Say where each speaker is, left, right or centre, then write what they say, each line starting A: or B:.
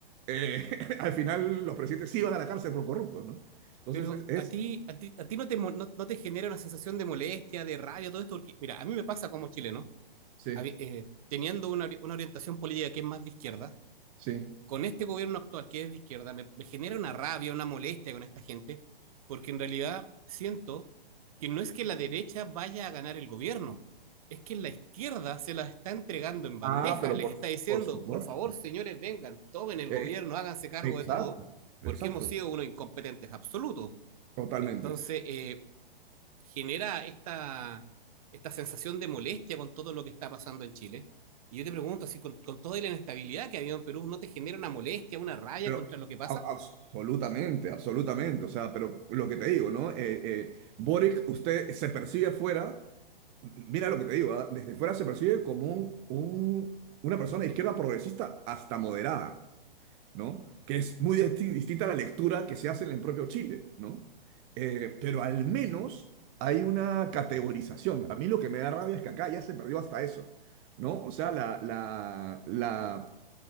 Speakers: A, on the right; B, on the right.
A: eh, <laughs> al final los presidentes sí van a la cárcel por corruptos, ¿no? Entonces
B: Pero
A: es, es-
B: a ti, a ti, a ti no te, mo- no, no te genera una sensación de molestia, de rabia, todo esto, porque mira, a mí me pasa como chileno,
A: Sí,
B: habi- eh, teniendo una, ori- una orientación política que es más de izquierda,
A: sí.
B: con este gobierno actual, que es de izquierda, me, me genera una rabia, una molestia con esta gente, porque en realidad siento que no es que la derecha vaya a ganar el gobierno, es que la izquierda se la está entregando en bandeja,
A: Ah, pero
B: les
A: por,
B: está diciendo,
A: por supuesto.
B: por favor, señores, vengan, tomen el
A: Eh,
B: gobierno, háganse cargo
A: exacto,
B: de todo, porque
A: exacto,
B: hemos sido unos incompetentes absolutos.
A: totalmente.
B: Entonces, eh, genera esta, esta sensación de molestia con todo lo que está pasando en Chile. Y yo te pregunto, así con, con toda la inestabilidad que ha habido en Perú, ¿no te genera una molestia, una rabia
A: Pero
B: contra lo que pasa?
A: a- absolutamente, absolutamente. O sea, pero lo que te digo, ¿no? Eh, eh, Boric, usted se percibe afuera, mira lo que te digo, ¿ah? Desde fuera se percibe como un, un- una persona de izquierda progresista hasta moderada, ¿no? Que es muy disti- distinta a la lectura que se hace en el propio Chile, ¿no? Eh, pero al menos hay una categorización. A mí lo que me da rabia es que acá ya se perdió hasta eso, ¿no? O sea, la, la, la